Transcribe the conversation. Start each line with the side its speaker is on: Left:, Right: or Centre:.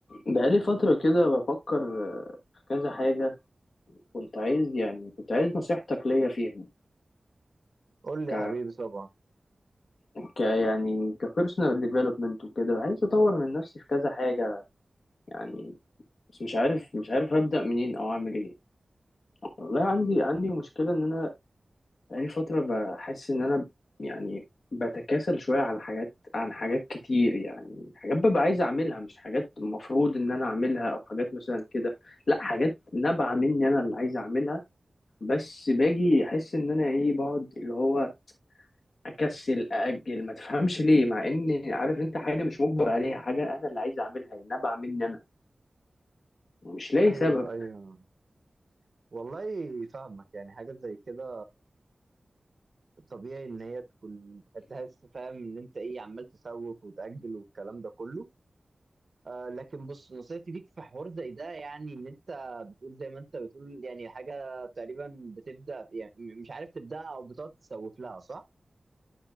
Left: بقالي فترة كده بفكر في كذا حاجة كنت عايز يعني كنت عايز نصيحتك ليا فيهم
Right: قول لي
Left: ك...
Right: يا حبيبي طبعا
Left: ك يعني كبيرسونال ديفلوبمنت وكده عايز أطور من نفسي في كذا حاجة يعني بس مش عارف مش عارف أبدأ منين أو أعمل إيه والله عندي عندي مشكلة إن أنا بقالي فترة بحس إن أنا يعني بتكاسل شوية على حاجات عن حاجات كتير يعني حاجات ببقى عايز أعملها مش حاجات المفروض إن أنا أعملها أو حاجات مثلا كده لا حاجات نابعة مني أنا اللي عايز أعملها بس باجي احس ان انا ايه بقعد اللي هو اكسل ااجل ما تفهمش ليه مع ان عارف انت حاجه مش مجبر عليها حاجه انا اللي عايز اعملها النبع مني انا ومش لاقي
Right: ايوه
Left: سبب
Right: ايوه والله فاهمك يعني حاجه زي كده طبيعي ان هي تكون تحس فاهم ان انت ايه عمال تسوف وتاجل والكلام ده كله آه لكن بص نصيحتي ليك في حوار زي ده يعني ان انت بتقول زي ما انت بتقول يعني حاجه تقريبا بتبدا يعني م- مش عارف تبداها او بتقعد تسوف لها صح؟